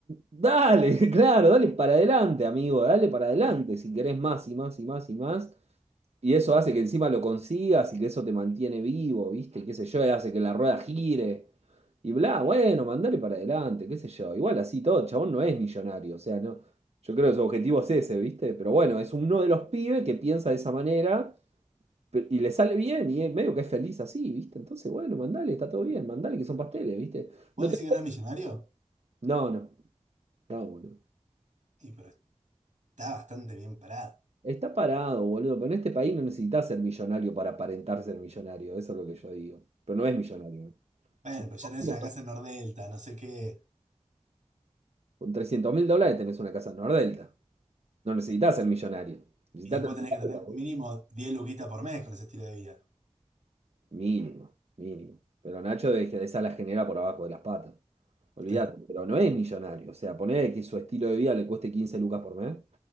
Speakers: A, on the right; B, on the right.
A: Dale, <laughs> claro, dale para adelante, amigo, dale para adelante, si querés más y más y más y más. Y eso hace que encima lo consigas y que eso te mantiene vivo, ¿viste? Qué sé yo, y hace que la rueda gire. Y bla, bueno, mandale para adelante, qué sé yo. Igual así todo, el chabón no es millonario, o sea, no. Yo creo que su objetivo es ese, ¿viste? Pero bueno, es uno de los pibes que piensa de esa manera pe- y le sale bien y es medio que es feliz así, ¿viste? Entonces, bueno, mandale, está todo bien, mandale que son pasteles, ¿viste?
B: ¿Vos
A: No
B: decís
A: te...
B: que no es millonario?
A: No, no, no, boludo.
B: Y pero está bastante bien parado.
A: Está parado, boludo, pero en este país no necesitas ser millonario para aparentar ser millonario, eso es lo que yo digo. Pero no es millonario.
B: Bueno,
A: Supongo
B: pero ya tenés una casa en Nordelta, no sé qué.
A: Con trescientos mil dólares tenés una casa en Nordelta. No necesitas ser millonario. Necesitas
B: Y después
A: tener
B: tenés
A: plata,
B: que tener
A: boludo.
B: mínimo 10 luquitas por mes con ese estilo de vida.
A: mínimo, mínimo. Pero Nacho de que esa la genera por abajo de las patas. Olvídate,
B: Claro,
A: pero no es millonario. O sea, poner que su estilo de vida le cueste 15 lucas por mes